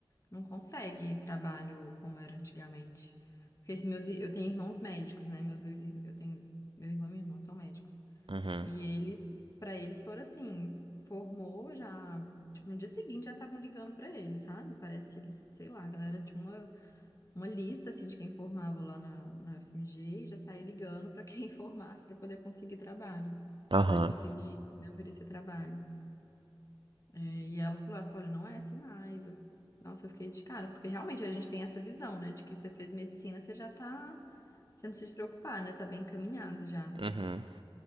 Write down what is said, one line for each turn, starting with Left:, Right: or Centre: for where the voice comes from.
Left: não consegue trabalho como era antigamente. Porque se meus, ir- eu tenho irmãos médicos, né? Meus dois, ir- eu tenho, meu irmão e minha irmã são médicos.
Right: uhum,
Left: E eles, para eles, foram assim, formou já, tipo, no dia seguinte já estavam ligando para eles, sabe? Parece que eles, sei lá, a galera tinha uma, uma lista, assim, de quem formava lá na, na FMG e já saía ligando para quem <laughs> formasse para poder conseguir trabalho,
Right: aham,
Left: para poder conseguir, né, oferecer trabalho. É, e ela falou, ela falou, olha, não é assim mais. Eu, nossa, eu fiquei de cara, porque realmente a gente tem essa visão, né, de que você fez medicina, você já tá, você não precisa se preocupar, né, tá bem encaminhado já.
Right: uhum.